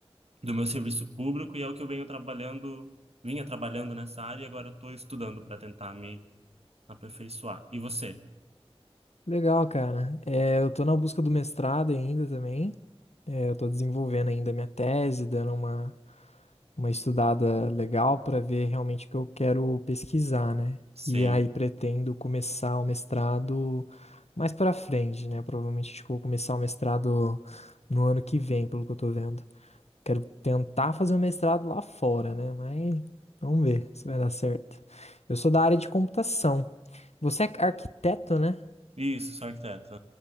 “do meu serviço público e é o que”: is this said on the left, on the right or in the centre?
Right